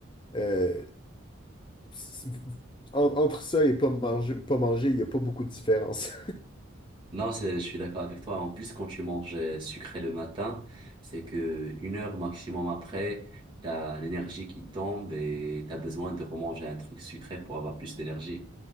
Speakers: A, on the left; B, on the right.
A: euh, c'est- en- entre ça et pas manger, pas manger, il n'y a pas beaucoup de différence.
B: Non, c'est- je suis d'accord avec toi. En plus, quand tu manges euh, sucré le matin, c'est que une heure maximum après, t'as l'énergie qui tombe et t'as besoin de remanger un truc sucré pour avoir plus d'énergie.